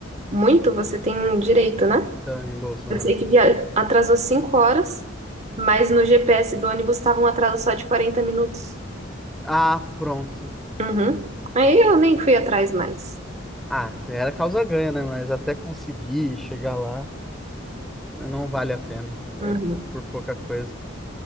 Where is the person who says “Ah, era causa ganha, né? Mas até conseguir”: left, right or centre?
Centre